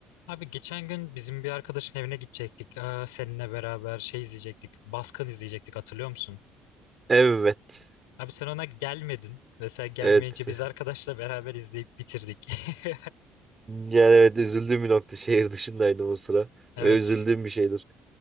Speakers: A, on the left; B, on the right.
A: Abi geçen gün bizim bir arkadaşın evine gidecektik. Ee, seninle beraber şey izleyecektik. Baskın izleyecektik hatırlıyor musun?
B: Evet.
A: Abi sen ona gelmedin. Mesela gelmeyince
B: Evet.
A: biz arkadaşla <laughs> beraber izleyip bitirdik. <laughs>
B: Yani evet üzüldüğüm bir nokta. Şehir dışındaydım o sıra.
A: Evet.
B: Ve üzüldüğüm bir şeydir.